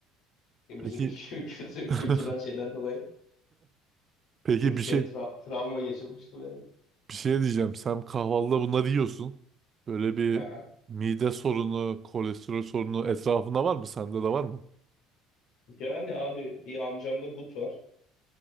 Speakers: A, on the left; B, on the right.
A: E,
B: Peki
A: Bizim <laughs> kültü-
B: <laughs>
A: kültürel şeyden dolayı
B: peki
A: çocukken
B: bir şey
A: tra- travma geçirmiştim yani.
B: Bir şey diyeceğim. Sen kahvaltıda bunları yiyorsun. Böyle bir
A: Aha.
B: mide sorunu, kolesterol sorunu etrafında var mı? Sende de var mı?
A: Yani abi bir amcamda gut var.